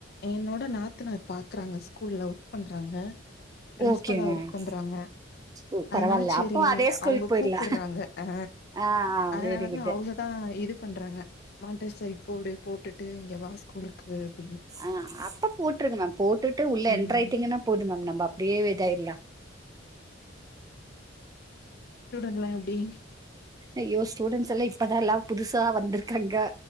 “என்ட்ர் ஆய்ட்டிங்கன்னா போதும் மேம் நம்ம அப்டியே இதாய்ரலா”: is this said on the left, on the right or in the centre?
Right